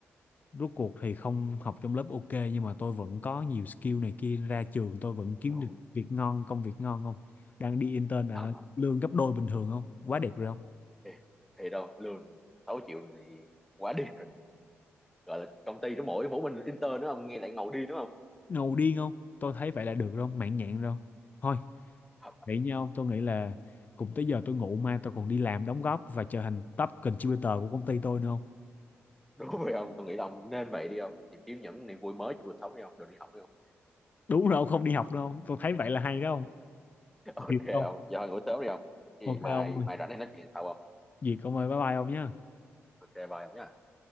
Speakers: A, on the left (about 35°); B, in the centre.
A: rốt cuộc thì không học trong lớp ok nhưng mà tôi vẫn có nhiều skill này kia ra trường tôi vẫn kiếm
B: đúng
A: được việc ngon công việc ngon không đang đi intern ở
B: thật không
A: lương gấp đôi bình thường không quá đẹp rồi không
B: thì, thì đâu lương 6 triệu thì quá đi gọi là công ty nó mỗi mỗi mình intern nữa ông nghe lại ngầu đi đúng không
A: ngầu điên không tôi thấy vậy là được rồi không mãn nhãn rồi không thôi
B: thật
A: vậy nha ông tôi nghĩ là cùng tới giờ tôi ngủ mai tôi còn đi làm đóng góp và trở thành top contributor của công ty tôi nữa không
B: đúng rồi ông tôi nghĩ là ông nên vậy đi ông tìm kiếm những niềm vui mới trong cuộc sống đi ông đừng đi học đi ông
A: đúng rồi ông không đi học đâu không tôi thấy vậy là hay đó không
B: <laughs> ok
A: duyệt không
B: ông giờ ngủ sớm đi ông thì
A: ok
B: mai
A: ông ơi
B: mai rảnh này nói chuyện sau ông
A: duyệt ông ơi bye bye ông nhé
B: ok bye ông nhé